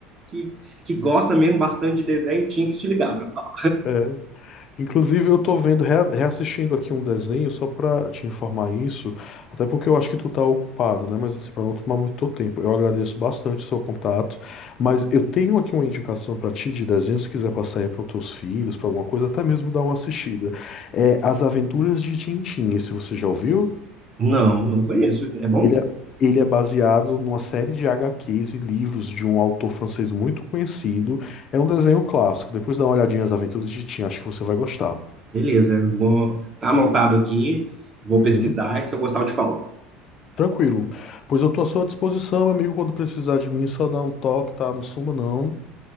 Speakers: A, on the right; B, on the left.
A: que, que gosta mesmo bastante de desenho, tinha que te ligar. pra falar.
B: É, é. Inclusive, eu tô vendo, rea- reassistindo aqui um desenho só pra te informar isso, até porque eu acho que tu tá ocupado, né? Mas assim, para não tomar muito teu tempo, eu agradeço bastante o seu contato, mas eu tenho aqui uma indicação pra ti de desenho, se quiser passar aí para teus filhos, pra alguma coisa, até mesmo dar uma assistida. É As Aventuras de Tintim, esse você já ouviu?
A: Não, não conheço. É bom?
B: Ele é, ele é baseado numa série de HQs e livros de um autor francês muito conhecido. É um desenho clássico. Depois dá uma olhadinha nas Aventuras de Tintim, acho que você vai gostar.
A: Beleza, vou, tá anotado aqui, vou
B: Uhum.
A: pesquisar e se eu gostar eu te falo.
B: Tranquilo. Pois eu tô à sua disposição, meu amigo. Quando precisar de mim, é só dá um toque, tá? Não suma, não.